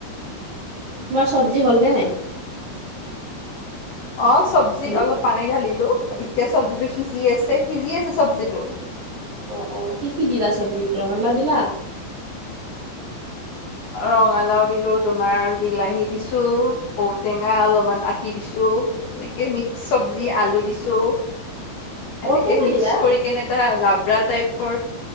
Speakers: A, on the right; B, on the left.
A: তোমাৰ চবজি হ'ল নে নাই।
B: অ চব্জিত
A: হেল্ল'
B: অলপ পানী ঢালিলো এতিয়া চব্জিটো সিজি আছে সিজি আছে চব্জিটো।
A: অ অ কি কি দিলা চব্জি ৰাঙালাও দিলা?
B: ৰঙালাও দিলো তোমাৰ বিলাহী দিছো ঔ টেঙা অলপমান আতি দিছো। এনেকে মিক্স চব্জি আলু দিছো। সেনেকে
A: ঔটেঙা
B: মিক্স
A: দিলা?
B: কৰি কেনে এটা লাব্ৰা টাইপৰ।